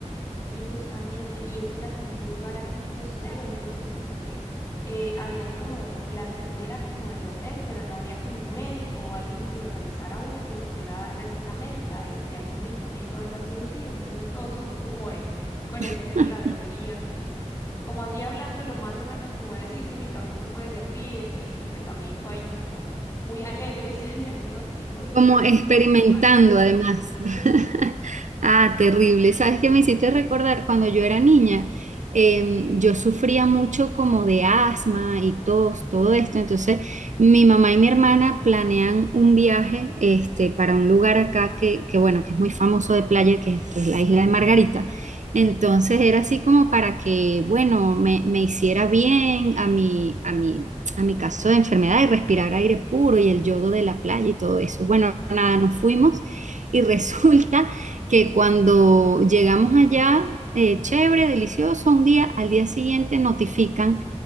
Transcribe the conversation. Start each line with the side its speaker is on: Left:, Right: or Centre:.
Left: Sí, justamente, y este era como un lugar así costero, entonces como que eh, habían como la enfermera como del hotel, pero no había como un médico o alguien que lo revisara a uno y que le pudiera dar receta médica de, de algún medicamento o algo así útil, entonces todo <laughs> tocó como de, con
Right: <laughs>
Left: el señor de la droguería, como, como así hablándolo más o menos como de así, este medicamento puede servir, entonces como que también fue ahí como muy alegre <laughs> ese diagnóstico y
Right: Como
Left: también
Right: experimentando
Left: eso es preocupante.
Right: además. <laughs>
Left: Ujú,
Right: Ah, terrible. ¿Sabes
Left: Sí.
Right: qué me hiciste recordar? Cuando yo era niña, em, yo sufría mucho como de asma y tos, todo esto. Entonces, mi mamá y mi hermana planean un viaje este, para un lugar acá que, que, bueno, que es muy famoso de playa, que, es que es la isla de Margarita. Entonces, era así como para que, bueno, me, me hiciera bien a mi, a mi a mi caso de enfermedad y respirar aire puro y el yodo de la playa y todo eso. Bueno, nada, nos fuimos y <laughs> resulta que cuando llegamos allá, eh, chévere, delicioso, un día, al día siguiente notifican